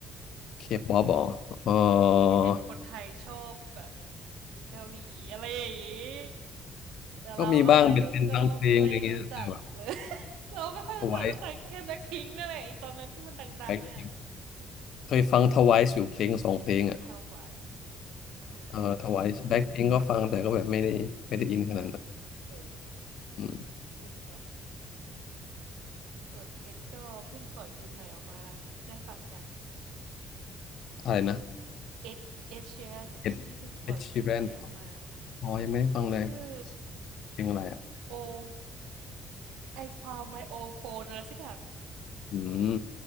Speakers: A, on the left; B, on the right.
A: เคป๊อปหรอเออ
B: ก็เห็นคนไทยชอบแบบเกาหลีอะไรอย่างงี้ แต่เราก็ไม่รู้ก็ไม่รู้จักเลย
A: ก็มีบ้างเป็นเป็นบางเพลงอะไรเงี้ยแต่แบบ
B: <laughs> เราไม่ค่อยรู้จักรู้จักแค่แบ็คพิงค์นั่นแหละไอตอนนั้นที่มันดังๆอ่ะ
A: Twice แบล็คพิงเคยฟังทไวายอยู่เพลงสองเพลงอ่ะ
B: t w i c อ๋ออันนั้นเหมือนเคยได้ยิน
A: เออทไวายแบล็คพิงค์ก็ฟังแต่ก็แบบไม่ได้ไม่ได้อินขนาดนั้น
B: อืมเออ
A: อืม
B: จริงคิดเหมือนกันส่วนเอ็ดก็เพิ่งปล่อยเพลงใหม่ออกมาได้ฟังยัง
A: อะไรนะ
B: เอ็ดเอดเชียร์เนี่ยที่เพิ่งปล่อยเพลงใหม่ออกมา
A: เอ็ดเอชีรนอ๋อยังไม่ได้ฟังเลย
B: ชื่อ
A: เพลงอะไรอ่ะ
B: O I found my old phone อลด์โฟนอะไรสักอย่าง
A: อืม